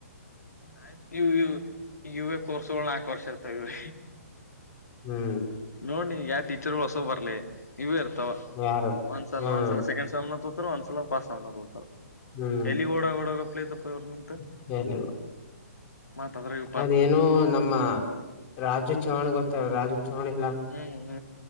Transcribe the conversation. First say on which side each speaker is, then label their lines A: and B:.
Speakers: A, on the left (about 80°); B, on the left (about 35°).
A: ಆಯ್ತು ಇವ್ ಇವ್ ಕೋರ್ಸುಗೊಳ್ಗ್ ನಾಲ್ಕು ವರ್ಷ್ ಇರ್ತಾವ್ ಇವೆ
B: ಹ್ಮ್
A: ನೋಡ್ ನೀ ಯಾ ಟೀಚರ್ಗಳು ಹೊಸವ್ ಬರ್ಲೆ ಇವೆ ಇರ್ತಾವ
B: ಯಾರು
A: ಒಂದ್ ಸಲ
B: ಹ್ಮ್
A: ಒಂದ್ ಸಲ ಸೆಕಂಡ್ <unintelligible> ತೋತಾರ ಒಂದ್ಸಲ ಪಾಸ್ನ ತೋತಾರ
B: ಹ್ಮ್
A: ಎಲ್ಲಿ ಓಡ ಓಡೋಗಪ್ ಇದ್ದಪ್ಪ ಇವ್ರ ನಿಂತ
B: <inaudible>
A: ಮತ್ತದ್ರಾಗ
B: ಅದೇನೂ ನಮ್ಮ ರಾಜು ಚವ್ಹಾಣ್ ಗೊತ್ತ ರಾಜು ಚವ್ಹಾಣ್ ಇಲ್ಲಾ
A: ಹ್ಮ್ ಹ್